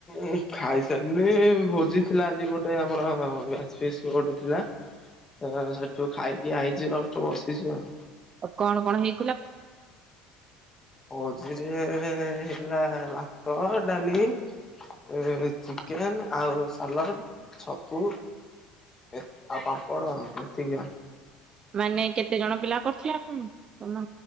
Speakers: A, on the left; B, on the right.
A: ଉଁ ଖାଇ ସାରିଲିଣି ଭୋଜି ଥିଲା ଆଜି ଗୋଟେ ଆମର ବ୍ୟାଚ୍ ଫିଷ୍ଟ୍ ଗୋ ଟେ ଥିଲା।
B: ହ <inaudible>
A: ହଁ ସେଠୁ ଖାଇକି ଆଇଚି ଜଷ୍ଟ୍ ବସିଛି ଆଉ।
B: ଆ କଣ କଣ ହେଇ
A: ଭୋଜିରେ ହେଇ ଥିଲା ଭାତ ଡାଲି ଏ ଚିକେନ୍ ଆଉ ସାଲାଡ଼ ଛତୁ ଏତ ଆଉ ପାମ୍ପଡ଼ ଆଉ ଏତିକି ଆଉ।
B: ମାନେ କେତେ ଜଣ ପିଲା କରୁଥିଲେ ଆପଣ? ତମେ